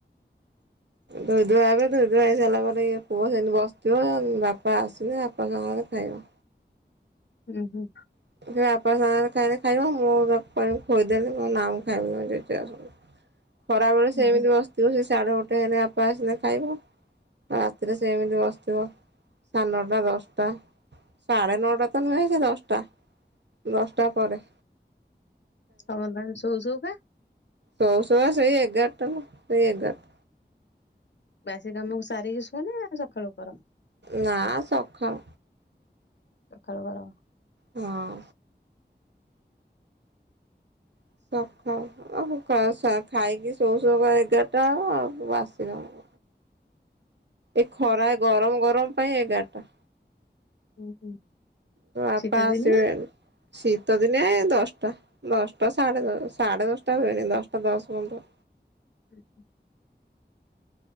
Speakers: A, on the left; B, on the right.
A: <unintelligible>
B: ଧୋଇଦୁଆ ହେବେ ଧୋଇଦୁଆ ହେଇସାରିଲା ପରେ ଇଏ ପୁହଅ ସେମିତି ବସିଥିବ ବାପା ଆସିନେ ବାପା ସାଙ୍ଗରେ ଖାଇମୁ।
A: ଉଁ ହୁଁ।
B: <inaudible>
A: <unintelligible>
B: ଖରା ବେଳେ
A: ହୁଁ
B: ସେମିତି
A: ହୁଁ
B: ବସିଥିବ ସେ ସାଡେ ଗୋଟେ ହେଲେ ବାପା ଆସିଲେ ଖାଇବ। ରାତିରେ ସେମିତି ବସିଥିବ ସାଡନଟା, ଦଶଟା ସାଢେ ନଅଟା ତ ନୁହେଁ ସେ ଦଶଟା ଦଶଟା ପରେ।
A: ସମଦାଣି ସୋଉ ସୋଉ କା
B: ଯୋଉ ଯୋଉ କା ସେଇ ଏଗାରଟାଲୋ ସେଇ ଏଗାର
A: ବାସି କାମକୁ ସାରିକି ଶୁଅନା ସକାଳୁ କର?
B: ନା ସଖାଳ
A: ସଖାଳୁ କର
B: ହଁ। <unintelligible> ଏ ଖରା ଗରମ ଗରମ ପାଇଁ ଏଗାରଟା।
A: ହୁଁ ହୁଁ।
B: ତ ବାପା
A: ଶୀତ ଦିନିଆ?
B: ଆସିବେ ଆଉ। ଶୀତ ଦିନିଆ ଏ ଦଶଟା ଦଶଟା ସାଢ଼େ, ଦଶ ସାଢ଼େ, ଦଶଟା ହୁଏନି ଦଶଟା ଦଶ ପନ୍ଦର।
A: ହୁଁ ହୁଁ।